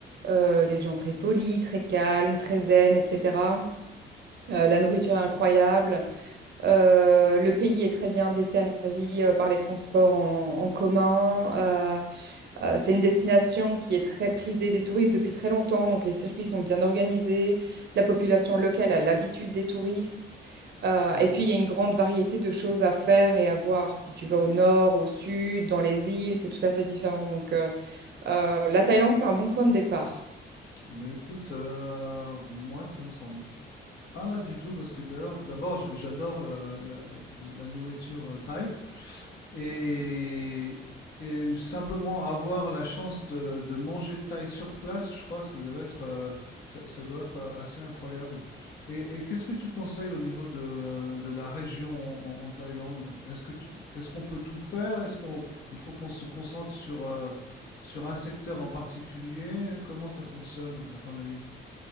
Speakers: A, on the right; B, on the left.
A: euh, les gens très polis, très calmes, très zen, etc. Euh, la nourriture est incroyable. Euh, le pays est très bien desservi euh, par les transports en, en commun. Euh, euh, c'est une destination qui est très prisée des touristes depuis très longtemps, donc les circuits sont bien organisés. La population locale a l'habitude des touristes. Euh, et puis, il y a une grande variété de choses à faire et à voir. Si tu vas au nord, au sud, dans les îles, c'est tout à fait différent. Donc, euh, euh, la Thaïlande, c'est un bon point de départ.
B: Ben écoute, euh, moi, ça me semble Pas mal du tout, parce que d'ailleurs- d'abord, j- j'adore euh, la, la nourriture euh, thaï. Et, et simplement avoir la chance de, de manger thaï sur place, je crois que ça devait être, euh, ça, ça doit être euh, assez incroyable. Et, et qu'est-ce que tu conseilles au niveau de, de la région en, en Thaïlande? Est-ce que tu, est-ce qu'on peut tout faire? Est-ce qu'on, il faut qu'on se concentre sur, euh, sur un secteur en particulier? Comment ça fonctionne, à ton avis?